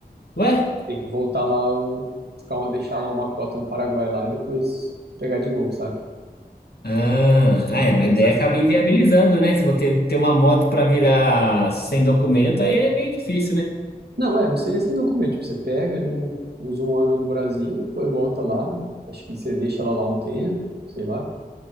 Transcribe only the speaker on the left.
ué?
Ah, ah, é, mas
daí acaba
inviabilizando, né? Se você ter uma moto para virar sem documento, aí é meio difícil, né?